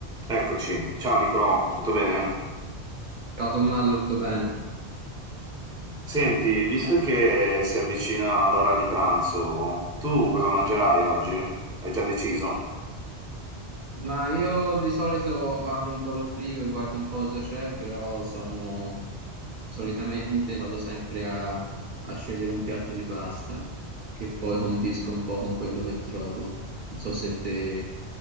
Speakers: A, in the centre; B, on the right.
A: Eccoci, ciao Nicolò, tutto bene?
B: Ciao Tommaso, tutto bene?
A: Senti, visto che si avvicina l'ora di pranzo, tu cosa mangerai oggi? Hai già deciso?
B: Ma io di solito apro un po' il frigo e guardo un po' cosa c'è, però sono solitamente vado sempre a, a scegliere un piatto di pasta che poi condisco un po' con quello che trovo. Non so se te